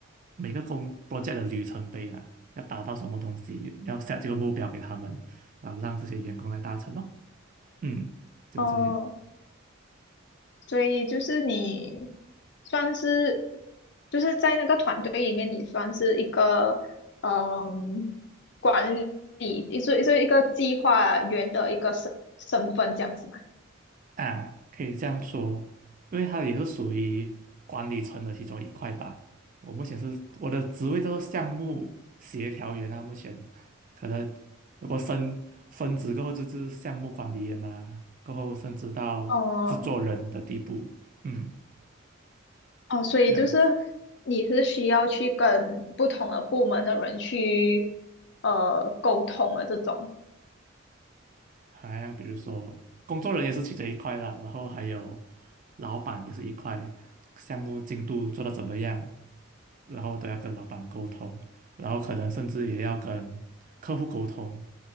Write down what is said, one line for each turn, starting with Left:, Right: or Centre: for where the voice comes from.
Right: 每个工 project 的里程碑啦，要达到什么东西，要 set 这个目标给他们，然后让这些员工来达成咯。嗯，就这样。
Left: 哦，所以就是你算是就是在那个团队里面，你算是一个嗯管理，一就就一个计划员的一个身身份这样子嘛。
Right: 啊，可以这样说，因为它也是属于管理层的其中一块吧。我目前是我的职位叫做项目协调员啊，目前可能如果升升职过后就是项目管理员啊，过后升职到制作人的地步，
Left: 哦
Right: 嗯，
Left: 哦，所以就是
Right: 这样子。
Left: 你是需要去跟不同的部门的人去呃沟通的这种。
Right: 好像比如说工作人员是其中一块啦，然后还有老板也是一块，项目进度做得怎么样，然后都要跟老板沟通，然后可能甚至也要跟客户沟通，